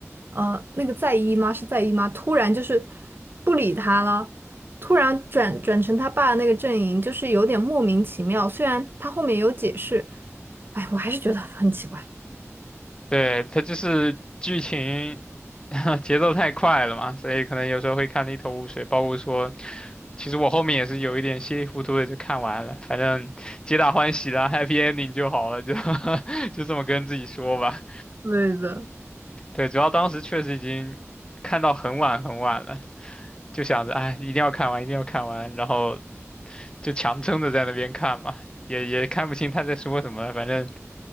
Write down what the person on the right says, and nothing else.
呃那个在姨妈是在姨妈，突然就是不理他了，突然转转成他爸的那个阵营，就是有点莫名其妙。虽然他后面有解释，哎，我还是觉得很奇怪。
对的，